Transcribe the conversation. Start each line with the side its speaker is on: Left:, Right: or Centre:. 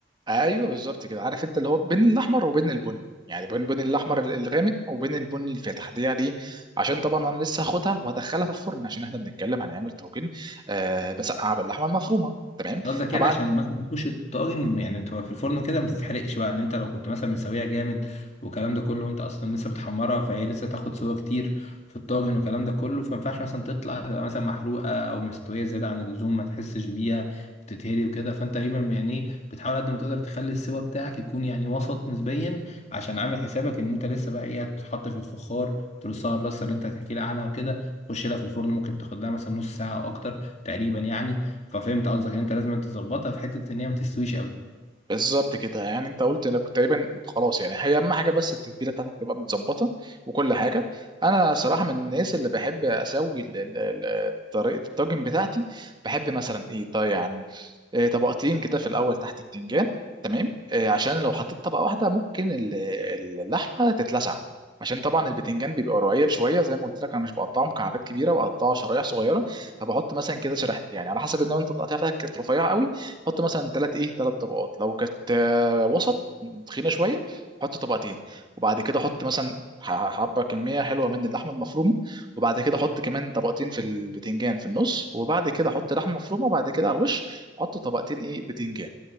Right: ايوه بالظبط كده عارف انت اللي هو بين الاحمر وبين البني يعني بين بين الاحمر الغامق وبين البني الفاتح دي يعني عشان طبعا انا لسه هاخدها وهدخلها في الفرن عشان احنا بنتكلم هنعمل طاجن آه بسقعه باللحمه المفرومه تمام
Left: قصدك
Right: فبعد
Left: يعني عشان مثلا تخش الطاجن يعني تبقى في الفرن كده ما تتحرقش بقى ان انت لو كنت مثلا مسويها جامد والكلام ده كله وانت اصلا لسه بتحمرها فهي لسه تاخد سوا كتير في الطاجن والكلام ده كله فما ينفعش مثلا تطلع تبقى مثلا محروقه او مستويه زياده عن اللزوم ما تحسش بيها بتتهري وكده فانت تقريبا يعني إيه بتحاول قد ما تقدر تخلي السوا بتاعك يكون يعني وسط نسبيا عشان عامل حسابك ان انت لسه بقى ايه هتتحط في الفخار ترصها الرصه اللي انت هتحكي لي عنها وكده تخش لها في الفرن ممكن تاخد لها مثلا نص ساعه او اكتر تقريبا يعني ففهمت قصدك ان انت لازم أنت تظبطها في حته ان هي ما تستويش قوي
Right: بالظبط كده يعني انت قلت انا كنت تقريبا خلاص يعني هي اهم حاجه بس التتبيله بتاعتك تبقى متظبطه وكل حاجه انا صراحه من الناس اللي بحب اسوي ال- ال- ال- طريقه الطاجن بتاعتي بحب مثلا ايه طيب يعني إيه طبقتين كده في الاول تحت البتنجان تمام إيه عشان لو حطيت طبقه واحده ممكن ال- ال- اللحمه تتلسع عشان طبعا البتنجان بيبقى رقيق شويه زي ما قلت لك انا مش بقطعه مكعبات كبيره بقطعه شرايح صغيره فبحط مثلا كده شريحتين يعني على حسب ان انت التقطيع بتاعتك كانت رفيعه قوي حط مثلا ثلاث ايه ثلاث طبقات لو كانت آه، وسط تخينه شويه حط طبقتين وبعد كده حط مثلا ح- حبه كميه حلوه من اللحمه المفرومه وبعد كده حط كمان طبقتين في البتنجان في النص وبعد كده حط لحمه مفرومه وبعد كده على الوش حط طبقتين ايه بتنجان